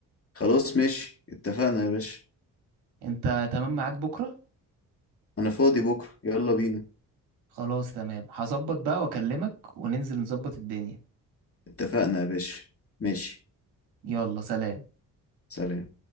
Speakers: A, on the left (about 35°); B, on the right (about 80°).
A: خلاص ماشي اتفقنا يا باشا
B: انت تمام معاك بكرة
A: انا فاضي بكرة يلا بينا
B: خلاص تمام هظبط بقى واكلمك وننزل نظبط الدنيا
A: اتفقنا يا باشا ماشي
B: يلا سلام
A: سلام